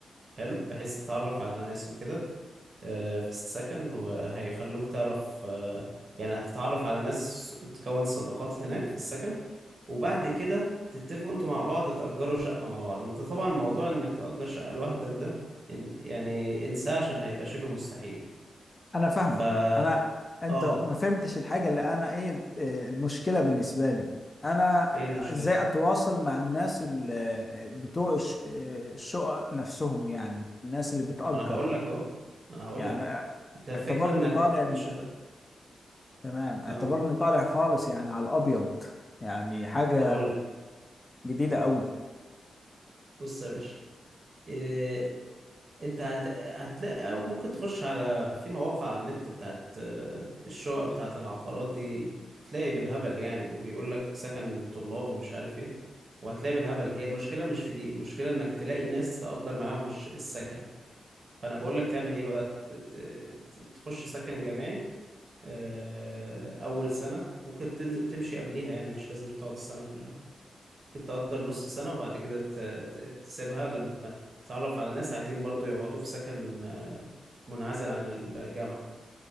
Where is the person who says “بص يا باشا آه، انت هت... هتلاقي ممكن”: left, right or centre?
Right